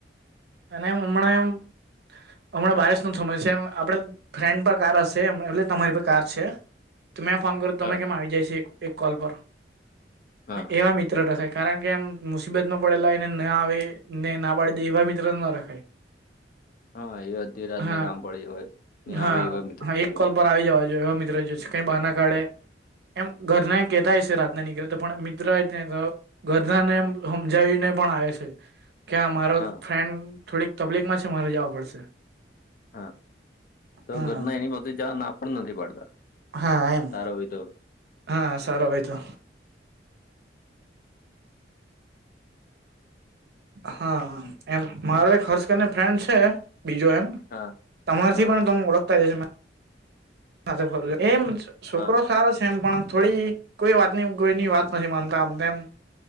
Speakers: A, on the right; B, on the left.
A: અને એમ હમણાં એમ હમણાં બારિશનોો સમય છે, એમ આપડ ફ્રેન્ડ પર કાર હશે એટલે તમારી પર કાર છે. તો મેં ફોન કર્યો તમે
B: હા
A: કેમ આવી જાયશે એક કોલ પર
B: હા
A: એવા મિત્ર રાય કારણ કે એમ મુસીબત માં પડેલા એને ના આવે ને ના પાડી દેવાી ના રાખાય
B: હા એ અડધી રાતને
A: હા
B: કામ પડી હોય ને
A: હા
B: આવે એવા મિત્ર
A: હા એક
B: જોએ
A: કોલ પર આવી જવા જોએ એવા મિત્ર કઈ બહાર ના કાઢે એમ ઘરને કેહેતાય છે, રાતના નીકળ તો પણ મિત્રો ગરધાને એ સમજાવીને પણ આવે છે. કે્યા મારો
B: હા
A: ફ્રેન્ડ થોડીક તબલીક માં છે, મારે જવા પડશે
B: હા, તો
A: હા
B: ઘરના એની પાતે જા ના પણ નથી પાડતા
A: હા એમ
B: સારો હોય તો
A: હા સારો હોય, તો હા એમ મારો એક હર્ષકને ફ્રેન્ડ છે, બીજો એમ
B: હા
A: તમારથી
B: હા
A: પણ તમ ઓળખતા જશે. હા તો ભો એમ છોકરો
B: હા
A: સારો છે, એમ પણ થોડી કોઈ વાત નની કોઈની વાત નથી માનતા આમનેમ